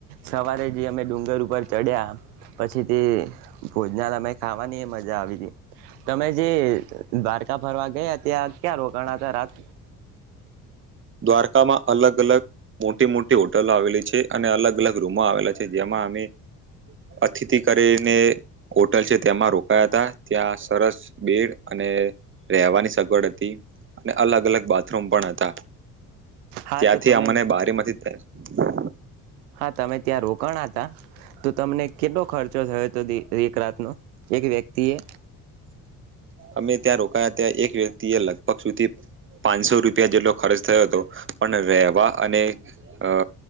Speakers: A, on the right (about 80°); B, on the right (about 25°).
A: સવારે જે અમે ડુંગર ઉપર ચડ્યા પછી તે ભોજનાલયમાં ખાવાની એ મજા આવી હતી તમે જે દ્વારકા ફરવા ગયા ત્યાં ક્યાં રોકાણ હતા રાત?
B: દ્વારકામાં અલગ અલગ મોટી મોટી હોટલો આવેલી છે. અને અલગ અલગ રૂમો આવેલા છે. જેમાં <inaudible> અતિથિ કરીને હોટલ છે. તેમાં રોકા ગયા હતા ત્યાં સરસ બેીડ અને રહેેવાની સગવડ હતી. અને અલગ અલગ બાથરૂમ પણ હતા.
A: હા
B: ત્યાંથી
A: તો તમે
B: અમને બારીમાંથી જ
A: હા તમે ત્યાં રોકાણા તા? તો તમને કેટલો ખર્ચો થયો તો એક રાતનો? એક વ્યક્તિએ?
B: <inaudible> અમે ત્યાં રોકાયા ત્યાં એક વ્યક્તિએ લગભગ સુધી પાંચસો રૂપિયા જેટલો ખર્ચ થયો તો, પણ રહેવા અને અ